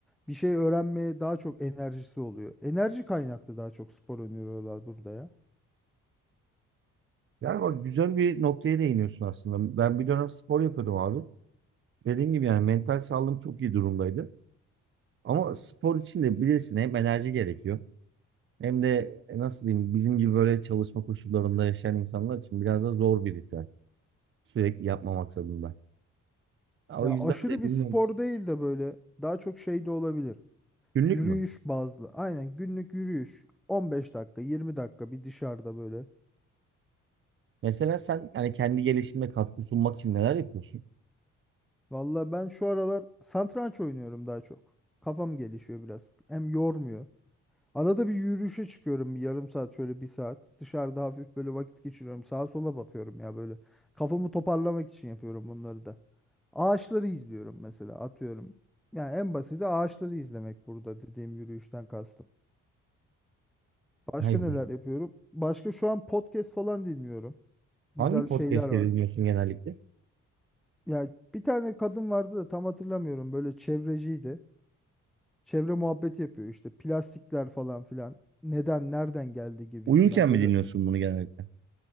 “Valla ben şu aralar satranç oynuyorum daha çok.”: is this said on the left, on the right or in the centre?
Centre